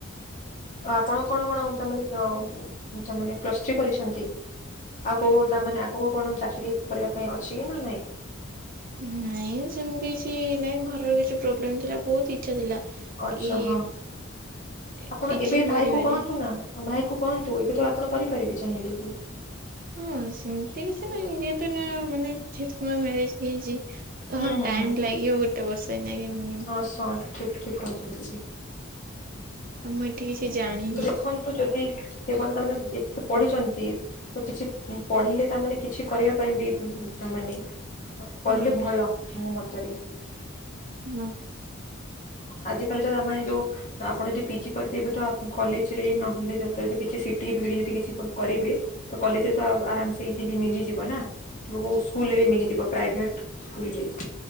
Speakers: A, on the left; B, on the right.
A: ଆପଣ କଣ କଣ ତା ମାନେ ତ ତାମାନେ ପ୍ଲସ୍ ଥ୍ରୀ କରିଛନ୍ତି? ଆଉ କୋଉ ତାମାନେ ଆଗକୁ କଣ ଚାକିରି କରିବା ପାଇଁ ଅଛି କି ନା ନାଇଁ?
B: ନାଇଁ ସେମିତି କିଛି ନାଇଁ ଘରର କିଛି ପ୍ରୋବ୍ଲେମ୍ ଥିଲା ବହୁତି ଇଛା ଥିଲା
A: ଆଚ୍ଛା
B: କି
A: ହଁ ଆପଣ
B: ଟିଚିଂ
A: ଏବେ ଭାଇ
B: କରିବାରେ।
A: କୁ କହନ୍ତୁ ନା ଭାଇ କୁ କୁହନ୍ତୁ ଏବେ ତ ଆପଣ କରିପାରିବେ ଚାହିଁଲେ ବି।
B: ହଁ ସେମିତି କିଛି ନାହିଁ ଯେହେତୁ ଏଇନା ମାନେ ଯେହେତୁ ନୂଆ ମ୍ୟାରେଜ ହେଇଚି ତ
A: ହୁଁ ହୁଁ
B: ଟାଇମ୍
A: ହୁଁ
B: ଲାଗିବ ଗୋଟେ ବର୍ଷ ଏଇନାକେ ମିନି
A: ହଁ ସ ସଠିକ୍ ଠିକ୍ କହିଚନ୍ତି କି।
B: ଆମ ଏଠି କିଛି ଜାଣି
A: ତ ଦେଖନ୍ତୁ ଯଦି ସେ ବ ତାମାନେ ଏତେ ତ ପଢିଛନ୍ତି ତ କିଛି ପଢିଲେ ତାମାନେ କିଛି କରିବା ପାଇଁ ବି ମାନେ କରିଲେ
B: ହଁ
A: ଭଲ ମୋ ମତରେ।
B: ହୁଁ।
A: ଆଜି କାଲି ତ ତା ମାନେ ଯୋଉ ଆପଣ ଯଦି ପିଜି କରିଦେବେ ତ କଲେଜ୍ ରେ ନହେଲେ ଯଦିତ କିଛି ସିଟି ବିଡି ଯଦି କିଛି କ କରିବେ ତ କଲେଜରେ ତ ଆରାମ ସେ ଇଜିଲି ମିଳିଯିବ ନା କୋଉ ସ୍କୁଲରେ ବି ମିଳିଯିବ ପ୍ରାଇଭେଟ୍ ସ୍କୁଲ ରେ